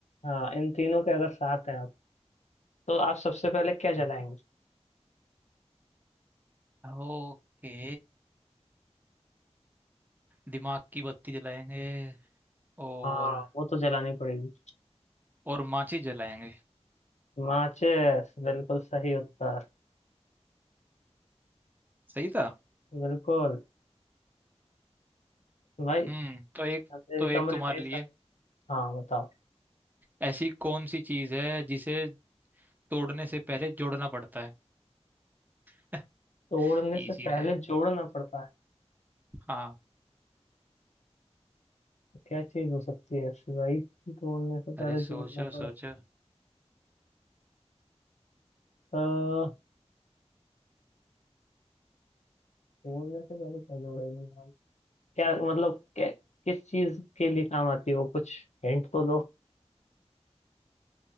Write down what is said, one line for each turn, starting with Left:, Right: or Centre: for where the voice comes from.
Left: हाँ इन तीनों के अगर साथ हैं आप तो आप सबसे पहले क्या जलाएंगे
Right: ओके दिमाग की बत्ती जलाएंगे और
Left: हाँ वो तो जलानी पड़ेगी
Right: और माची जलाएंगे
Left: माचिस बिल्कुल सही उत्तर
Right: सही था
Left: बिल्कुल भाई
Right: हम्म तो एक
Left: अंधेरे
Right: तो एक
Left: कमरे
Right: तुम्हारे
Left: में ऐसा
Right: लिए
Left: हाँ बताओ
Right: ऐसी कौन सी चीज है जिसे तोड़ने से पहले जोड़ना पड़ता है <laughs>
Left: तोड़ने
Right: इजी
Left: से पहले
Right: रहे
Left: जोड़ना पड़ता है
Right: हाँ
Left: क्या चीज हो सकती है ऐसी भाई तोड़ने से पहले
Right: अरे सोचो
Left: जोड़ना पड़ा
Right: सोचो
Left: अह, तोड़ने से पहले क्या जोड़ेंगे हम क्या मतलब क्या, किस चीज के लिए काम आती है वो कुछ हिंट तो दो